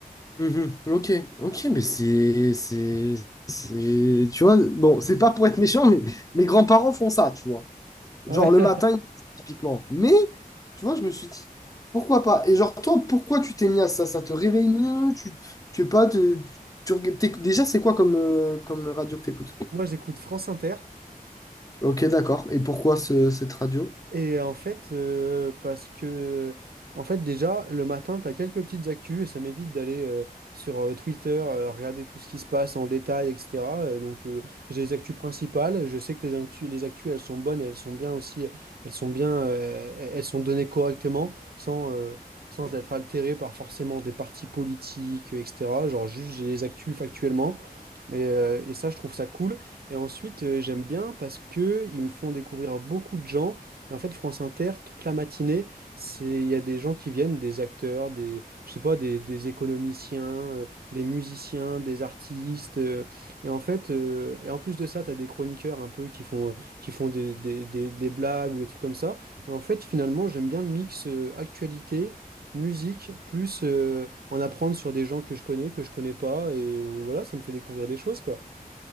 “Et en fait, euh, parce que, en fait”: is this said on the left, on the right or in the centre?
Right